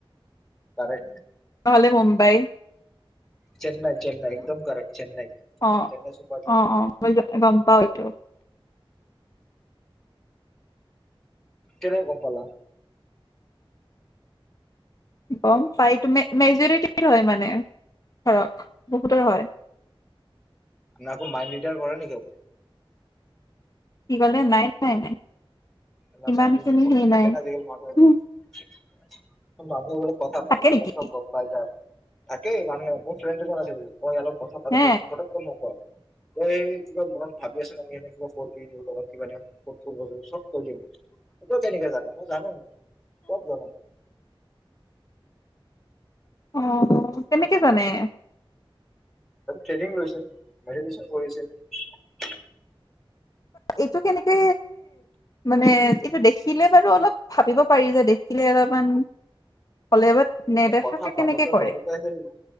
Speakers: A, in the centre; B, on the left (about 40°).
A: তাৰে
B: নহলে মুম্বাই
A: চেন্নাই চেন্নাই একদম কৰেক্ত চেন্নাই
B: অ
A: চেন্নাই চুপাৰ টিম
B: অ অ মই গম পাও এইটো
A: কেনেকৈ গম পালা
B: বম ফাইট ম <unintelligible> এৰিতেদ হয় মানে ধৰক বহুতৰ হয় <unintelligible>
A: আপোনাৰো মাইণ্ড ৰিটায়াৰ কৰে নেকি অব
B: কি ক'লে নাই নাই নাই
A: ন
B: ইমান
A: মাই
B: খিনি
A: চব
B: সেই
A: থাকে
B: নাই
A: ন আজিকালি মান
B: উম,
A: <unintelligible> তৰ মাকৰ বোলে কথা পাতি
B: থাকে
A: থকা
B: নেকি
A: চব গম পাই যায় থাকে মানুহে মোৰ ফ্ৰেণ্ড এজন আছে। অ অলব পইচা পালে
B: হে
A: ফোন নকৰে। এই কিবা মনত ভাবি আছে নি কিবা কৰবি কৰ লগত কত ফুৰ্বা যাব চব। কৈ দিম ত কেনেকে জানা মই জানো। খুব গৰম। <inaudible>
B: অ কেনেকে জানে?
A: ট্ৰেনিং লৈছে ভাৰিফিকেচন কৰিছে।
B: এইটো কেনেকে মানে এইটো দেখি থাকিলে বাৰু অলপ ভাবিব পাৰি যে দেই। থিলে অলপমান হলে বা নেদেখাকে
A: কথা পাতোতে-পাতোতে
B: কেনেকে কৰে?
A: সেই